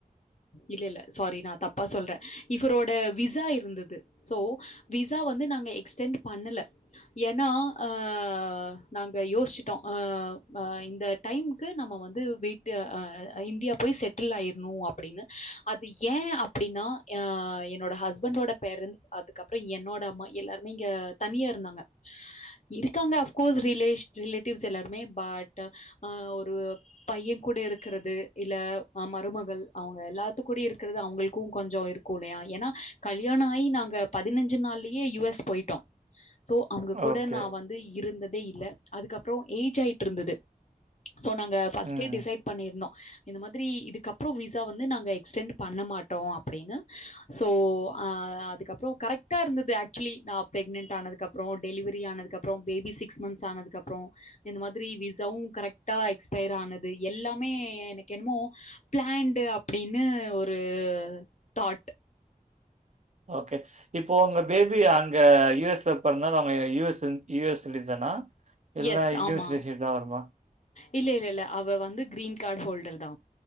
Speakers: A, on the left (about 50°); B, on the right (about 50°).
A: இல்ல இல்ல சாரி நா தப் பா சொல்ற இவரோட விசா இருந்தது சோ விசா வந்து நாங்க எக்ஸ்டெண்ட் பண்ணல ஏன்னா அஹ் நாங்க யோசிச்சுட்டோ அஹ் இந்த டைமுக்கு நம்ம வந்து வீட்டு அ இந்தியா போய் செட்டில் ஆயிர்ணு அப்டின்னு அது ஏ அப் அப்டின்னா அ என்னோட ஹஸ்பண்டோட பேரண்ட்ஸ் அதுக்கப்றோ என்னோட அம்மா எல்லாருமே இங்க தனியா இருந்தாங்க இருக்காங்க அஃப்கோர்ஸ் ரிலேஷ் ரிலேட்டிவ்ஸ் எல்லாருமே பட் அ ஒரு பைய கூட இருக்கிறது இல்ல மருமகள் அவுங்க எல்லாத்து கூடயு இருக்கறது அவுங்களுக்கும் கொஞ்சோ இருக்கு கூலயா ஏன்னா கல் கல்யாண ஆயி நாங்க பதினஞ்சு நாள்லியே யூ எஸ் போயிட்டோ சோ அவங்க கூட
B: ஓகே.
A: நா வந்து இருந்ததே இல்ல அதுக்கப்றோ ஏஜ் ஆயிட்டு இருந்தது சோ நாங்க ஃபர்ஸ்டே
B: ம்.
A: டிசைட் பண்ணியிருந்தோ இந்த மாதிரி இதுக்கப்புறோ விசா வந்து நாங்க எக்ஸ்டெண்ட் பண்ண மாட்டோ அப்டின்னு சோ அதுக்கப்றோ கரெக்டா இருந்தது ஆக்சுலி நா பிரெக்னன்ட் ஆனதுகப்றோ டெலிவரி ஆனதுகப் அப்றோ பேபி சிக்ஸ் மந்த்ஸ் ஆனதுக்கு அப்றோ இந்த மாதிரி விசாவு கரெக்டா எக்ஸ்பயர் ஆனது எல்லாமே எனக்கு என்னமோ பிளான்டு அப்டின்னு ஒரு தாட்
B: ஓகே இப்போ உங்க பேபி அங் க யூ எஸ் ல பிறந்தனால அவங்க யூ எஸ் யூ எஸ் சிட்டிசன்னா இல்ல
A: எஸ்.
B: இண்டியன்
A: ஆமா.
B: சிட்சீஷ் தா வருமா
A: இல்ல இல்ல இல்ல அவ வந்து கிரீன் கார்டு ஹோல்டர் தா